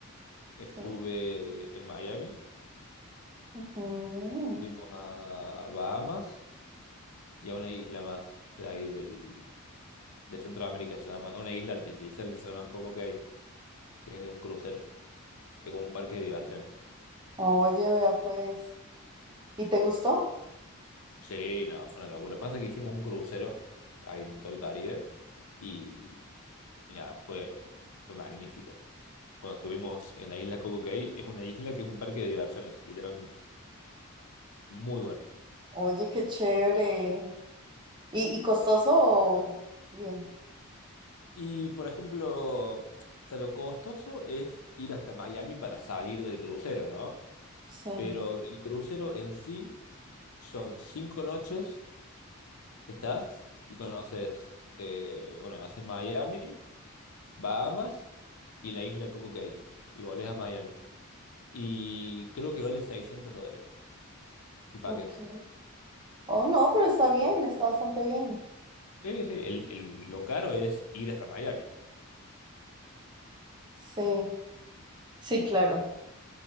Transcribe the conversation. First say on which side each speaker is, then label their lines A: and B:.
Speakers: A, on the left (about 80°); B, on the right (about 20°).
A: estuve
B: sí.
A: en Miami,
B: Ujú.
A: fuimos a Bahamas y a una isla más de ahí del de Centroamérica, se llama, una isla artificial que se llama Coco Cay, que es de un crucero, es como un parque de diversiones.
B: Oye, vea pues. ¿Y te gustó?
A: Sí, no, fue una locura. Pasa que hicimos un crucero ahí en todo el Caribe y, y nada, fue, fue magnífico. Cuando estuvimos en la isla Coco Cay, es una isla que es un parque de diversiones, literalmente. Muy bueno.
B: Oye, qué chévere. ¿Y, y costoso o bien?
A: Y por ejemplo, o sea, lo costoso es ir hasta Miami para salir del crucero, ¿no?
B: Sí.
A: Pero el crucero en sí son cinco noches que estás y conoces, eh, bueno, haces Miami, Bahamas y la isla Coco Cay y volvés a Miami. Y creo que vale 600 dólares el paquete.
B: Ok. Oh, no, pero está bien, está bastante bien.
A: Sí, sí, el, el- lo caro es ir hasta Miami, o
B: Sí, sí, claro.